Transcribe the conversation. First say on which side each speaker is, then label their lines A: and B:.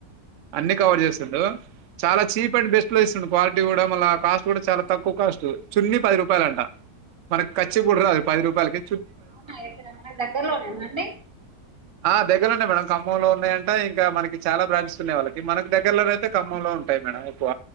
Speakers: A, on the right; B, on the right.
A: అన్ని కవర్ చేస్ ప్పుడు చాలా చీప్ అండ్ బెస్ట్ ప్లేస్ లో ఇప్పుడు క్వాలిటీ కూడా మళ్ళ కాస్ట్ కూడా చాలా తక్కువ కాస్ట్ చున్ని పది రూపాయలు అంట మనకి కచ్చి కు పది రూపాయలకి
B: అవునా ఇక్కడ మన దగ్గరలోనేనానండి
A: ఆ దగ్గరలో నే మేడం ఖమ్మంలో ఉన్నాయంట ఇంకా మనకి చాలా బ్రాండ్స్ ఉన్నాయి వాళ్ళకి మనకు దగ్గరలో అయితే ఖమ్మంలో ఉంటాయి మేడం ఎక్కువ